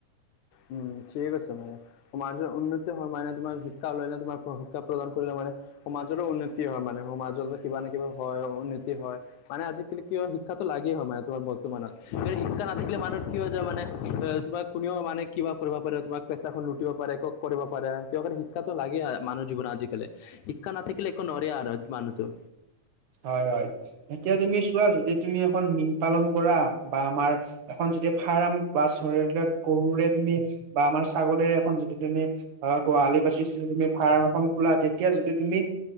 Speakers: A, on the left (about 75°); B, on the right (about 70°).
A: উম, ঠিকে কৈছা বাৰু। সমাজৰ উন্নতি হয় মানে তোমাৰ শিক্ষা লৈহে তোমাৰ প্ৰশিক্ষা প্ৰদান কৰিলে মানে সমাজৰো উন্নতি হয় মানে সমাজতো কিবা নে কিবা হয় উন্নতি হয়। মানে আজিকালি কি হয় শিক্ষাটো লাগে হয় মানে তোমাৰ বৰ্তমানৰ। এই শিক্ষা নাথাকিলে মানুহ কি হয় যায় মানে আ তোমাক কোনেও মানে কিবা কৰিব পাৰে তোমাক পেচাখন লুটিব পাৰে, কক কৰিব পাৰে, কিয় কাৰণে শিক্ষাটো লাগে আ মানুহ জীৱনৰ আজিকালি। শিক্ষা নাথাকিলে একো নৰে আৰু মানুহটো।
B: হয়, হয় এতিয়া তুমি চোৱা যদি তুমি এখন মীন পালন কৰা বা আমাৰ এখন যদি ফাৰাম বা চৰে এইবিলাক গৰুৰে তুমি বা আমাৰ ছাগলীৰে এখন যদি তুমি আ, গোহালি বাছিছিলো তুমি ফাৰাম এখন খোলা তেতিয়া যদি তুমি